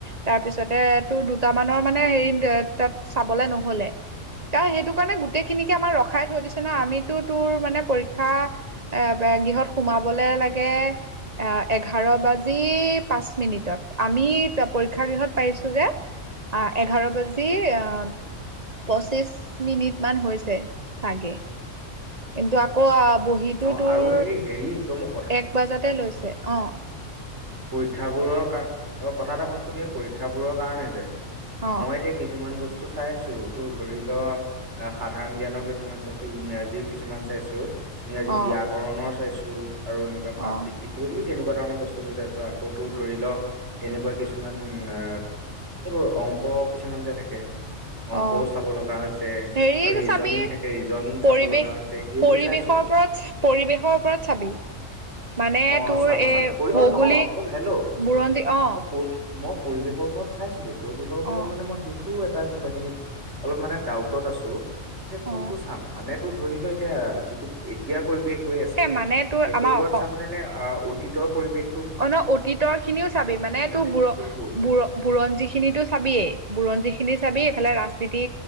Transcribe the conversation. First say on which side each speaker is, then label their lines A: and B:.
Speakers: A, on the right; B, on the right.
A: তাৰ পিছতে টো দুট মানৰ মানে হেৰি তাত চাবলে নহলে ত সেইটো তোৰ কাৰণে গোটেইখিনিকে আমাৰ ৰখাই থৈ দিছে ন আমিতো তোৰ মানে পৰীক্ষা এ গৃহত সোমাবলে লাগে এ এঘাৰ বাজি পাঁচ মিনিটত আমি পৰীক্ষাাগৃহত পাইছোগে আহ এঘাৰ বাজি আহ পঁচিশ মিনিট মান হৈছে চাগে কিন্তু আকৌ বহীতো
B: অ',
A: তোৰ
B: আৰু এই হেৰি তই মোক
A: এক বজাতে লৈছে অ
B: পৰীক্ষাবোৰৰ কাৰ অ কথা এটা শুনচোন এই পৰীক্ষাবোৰৰ কাৰণে যে
A: অ
B: মই এতিয়া কিছুমান বস্তু তোৰ চাইছো তোৰ ধৰি ল আহ সাধাৰণ জ্ঞানৰ কিছুমান চাইছো ইংৰাজী কিছুমান চাইছো ইংৰাজী
A: অ
B: ব্যয়াকৰণৰ চাইছো আৰু এনেকুৱা পাঠ
A: অ
B: ভিত্তিক কিবা কিবি তেনেকুৱা ধৰণৰ বস্তু বোৰ চাইছো আকৌ তো ধৰি ল এনেকুৱা কিছুমান অ এইবোৰ অংক কিছুমান যে থাকে অংকও
A: অ
B: চাব লগা হৈছে
A: হেৰি
B: আৰু ৰিজনিং
A: চাবি
B: থাকে ৰিজনিং চাব
A: পৰিৱেশ
B: লগা হৈছে এইবোৰ
A: পৰিৱেশৰ
B: চাইছো
A: ওপৰত পৰিৱেশৰ ওপৰত চাবি মানে
B: অ
A: তোৰ
B: চাম
A: এই
B: চাম পৰি
A: ভৌগোলিক
B: অ নহয় শুন হেল্ল'
A: বুৰঞ্জী অ
B: মই প মই পৰিৱেশৰ ওপৰত চাইছিলো পৰিৱেশৰ ওপৰত
A: অ
B: মানে মই শ তোৰ এটা কোনোবাখিনিত অলপ মানে ডাউ আছো কোনটো
A: অ
B: চ মানে তোৰ ধৰিলে এতিয়া যি এতিয়া পৰিবেশ হৈ আছে
A: এই মানে তোৰ
B: সেইটোৰ
A: আমাৰ
B: ওপৰত
A: অসম
B: ছাম নে ভিতৰৰ পৰিৱেশ
A: অ ন অতীতৰ খিনিও চাবি মানে তোৰ
B: নে
A: ব
B: কোনবোৰ
A: বুৰঞ্জী খিনিিতো চাবিয়েই ব্জ যিখিনি চাবি এইফালে ৰাজনীতি